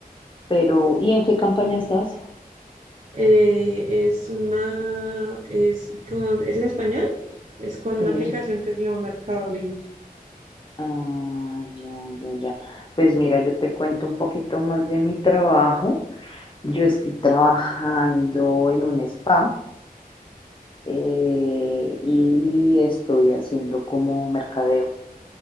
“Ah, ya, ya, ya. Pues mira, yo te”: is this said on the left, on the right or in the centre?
Left